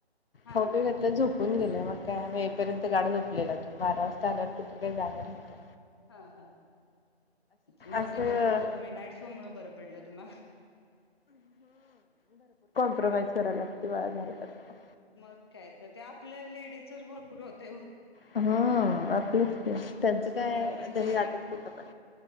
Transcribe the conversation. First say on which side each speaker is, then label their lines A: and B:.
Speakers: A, on the left (about 25°); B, on the left (about 60°).
A: हा
B: ह पी
A: हा
B: घातला झोपून घेत मग काय आम्ही एकपर्यंत गाड झोपलेला तो बारा वाजता आल्यावर कुठ काय जागा नव्हता
A: हा हा मग
B: असं
A: ते बरं पडलं तुम्ही नाईट शो म्हणून बर पडलं तुम्हाला
B: प्रवास कराय लागतो बाळ झालं तरी पण
A: मग काय तर ते आपल्या लेडीसच भरपूर होतय
B: हम्म आपलंच ते त्यांचं
A: सगळं
B: काय
A: म्हणजे
B: त्यांनी जातात कुठं पण